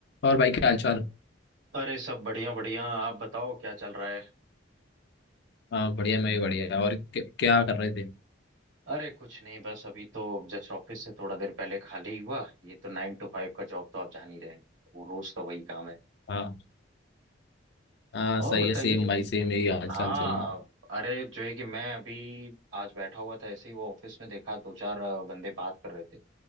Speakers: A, on the left; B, on the right.
A: और भाई क्या हालचाल
B: अरे सब बढ़िया बढ़िया आप बताओ क्या चल रहा है
A: हाँ बढ़िया मैं भी बढ़िया और क्या, क्या कर रहे थे
B: अरे कुछ नहीं बस अभी तो जस्ट ऑफिस से थोड़ा देर पहले खाली हुआ ये तो नाइन टू फाइव का जॉब तो आप जान ही रहे हैं वो रोज का वही काम है
A: हाँ हाँ
B: और
A: सही
B: बताइए
A: है सेम भाई सेम यही हालचाल
B: हाँ
A: चल रहा
B: अरे जो है कि मैं अभी आज बैठा हुआ था ऐसे ही वो ऑफिस में देखा दो चार अ, बंदे बात कर रहे थे